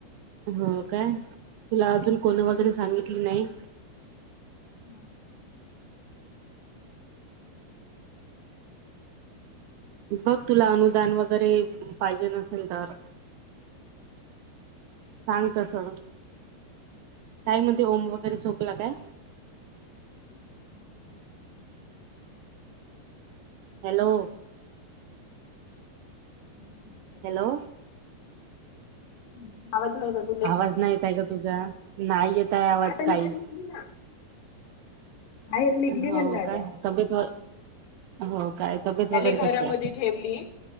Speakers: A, on the right; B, on the left.
A: हो काय? तुला अजून कोण वगैरे सांगितली नाई?
B: <inaudible>
A: बग तुला अनुदान वगैरे पायजेन असेल तर सांग तसं. काय म्हणते ओम वगैरे झोपला काय?
B: <inaudible>
A: हॅलो.
B: <inaudible>
A: हॅलो.
B: <unintelligible>
A: आवाज नाई येताय ग तुझा, नाय येताय आवाज
B: आता
A: काईच.
B: मी बाहेर निघली ना. बाहेर निघली
A: हो
B: म्हणलं आता.
A: काय, तब्येत व हो काय? तब्येत
B: ह्याले
A: वगैरे
B: घरामध्ये
A: कशी आहे
B: ठेवली,